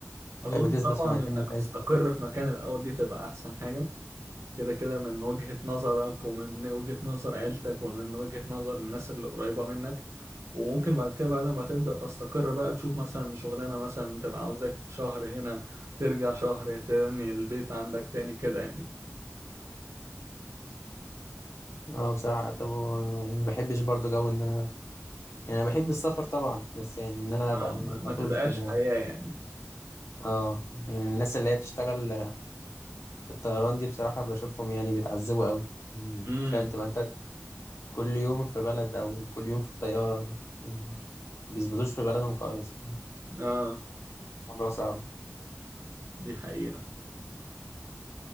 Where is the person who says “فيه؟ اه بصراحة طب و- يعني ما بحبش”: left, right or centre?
Left